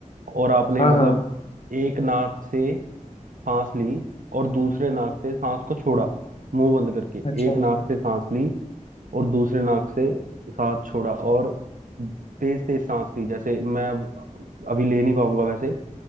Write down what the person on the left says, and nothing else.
हाँ
हाँ
अच्छा
अच्छा